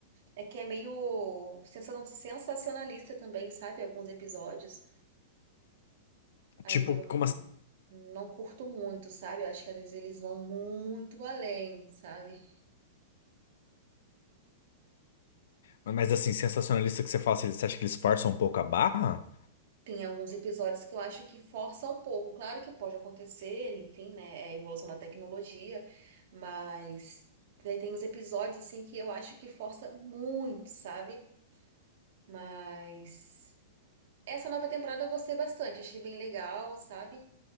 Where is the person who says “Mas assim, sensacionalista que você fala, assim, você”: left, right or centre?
Left